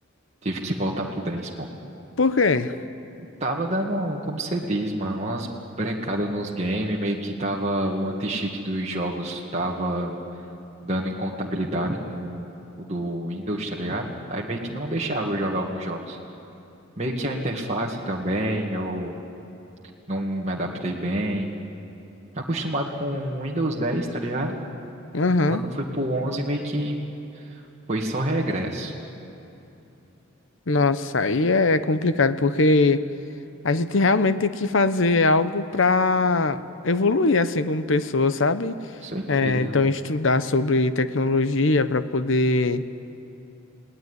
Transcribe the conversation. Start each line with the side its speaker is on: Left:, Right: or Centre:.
Right: tive que voltar pro dez. pô.
Left: Por quê?
Right: Tava dando, como você diz, mano, umas brecadas nos games, meio que tava o anti-cheat dos jogos, tava dando incompatibilidade com o do Windows, tá ligado? Aí meio que não deixava eu jogar alguns jogos. Meio que a interface também, eu não me adaptei bem. Acostumado com o Windows dez, tá ligado?
Left: Aham.
Right: Quando foi pro 11, meio que foi só regresso.
Left: Nossa, aí é complicado, porque A gente realmente tem que fazer algo para evoluir assim como pessoa, sabe?
Right: Com Certeza.
Left: É, então estudar sobre tecnologia para poder